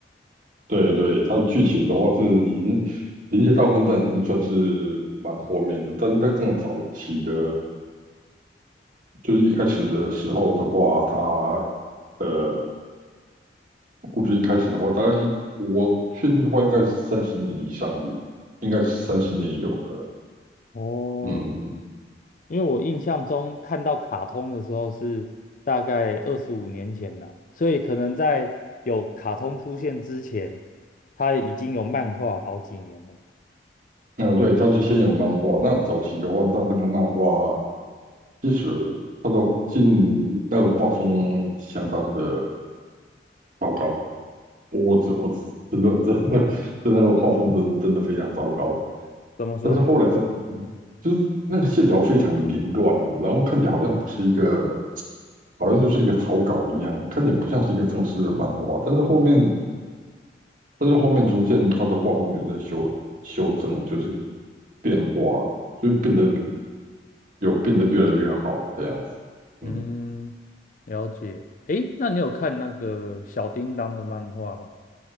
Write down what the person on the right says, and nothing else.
对对，它的剧情的话是已经临界大混战已经算是蛮后面的，但是在更早期的，就是一开始的时候的话，它呃故事一开始的话，大概一我确定的话应该是三十年以上，应该是三十年有了。
嗯，
哦，对，它是先有漫画。那早期的话，它那个漫画其实它的进那个画风相当的糟糕。我我只我只真的真的真的那个画风真真的非常糟糕。
但是后来真就是那个线条非常的凌乱，然后看起来好像不是一个，好像就是一个草稿一样，看起来不像是一个正式的漫画。但是后面，但是后面逐渐它的画风有在修修正，就是变化，所以变得有变得越来越好这样子。嗯，